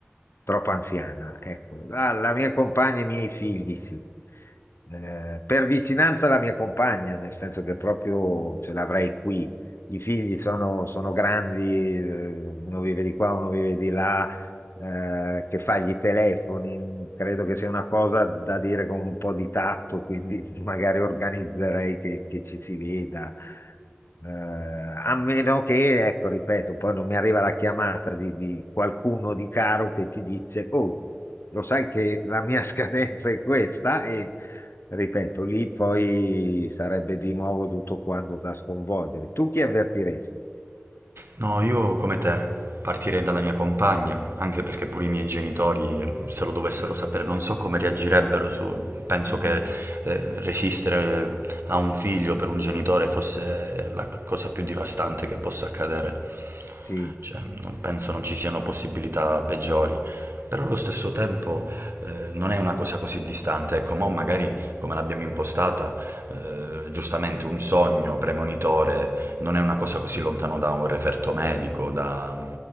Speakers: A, on the left; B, on the right.
A: troppo anziana. Ecco. La, la mia compagna e i miei figli, sì. Eh, per vicinanza la mia compagna, nel senso che proprio ce l'avrei qui. I figli sono, sono grandi, eh, uno vive di qua, uno vive di là eh, che fa gli telefoni, credo che sia una cosa da dire con un po' di tatto, quindi <laughs> magari organizzerei che, che ci si veda. Eh, a meno che, ecco, ripeto, poi non mi arriva la chiamata di, di qualcuno di caro che ti dice, oh, lo sai che la mia <laughs> scadenza è questa e ripeto, lì poi sarebbe di nuovo tutto quanto da sconvolgere. Tu chi avvertiresti?
B: No, io come te partirei dalla mia compagna, anche perché pure i miei genitori, se lo dovessero sapere, non so come reagirebbero su... Penso
A: Mm,
B: che eh, resistere eh, a un figlio per un genitore fosse la cosa più devastante che possa accadere.
A: sì.
B: Cioè, non penso non ci siano possibilità peggiori, però allo stesso tempo eh, non è una cosa così distante. Ecco, mo magari come l'abbiamo impostata, eh, giustamente un sogno premonitore non è una cosa così lontano da un referto medico, da,